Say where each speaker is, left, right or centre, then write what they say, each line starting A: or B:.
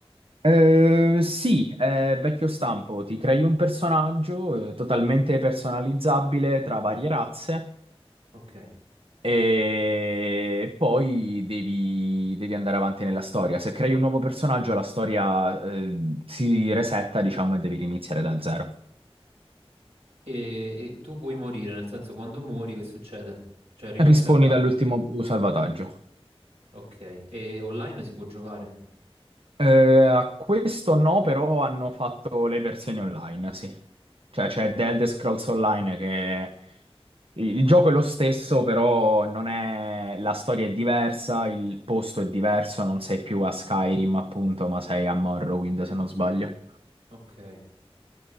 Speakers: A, on the right; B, on the right.
A: Eh, sì, è vecchio stampo, ti crei un personaggio eh, totalmente personalizzabile tra varie razze
B: Ok. E,
A: E poi devi, devi andare avanti nella storia. Se crei un nuovo personaggio, la storia, eh, si resetta, diciamo, e devi riniziare da zero.
B: e tu puoi morire, nel senso quando muori che succede? Cioè riparti
A: Risponi
B: da capo.
A: dall'ultimo salvataggio.
B: Ok. E online si può giocare?
A: Eh, a questo no, però hanno fatto le versioni online, sì. Cioè c'è
B: Ah,
A: The Elder Scrolls Online che... Il il gioco è lo stesso, però non è... la storia è diversa, il posto è diverso, non sei più a Skyrim, appunto, ma sei a Morrowind, se non sbaglio.
B: Ok.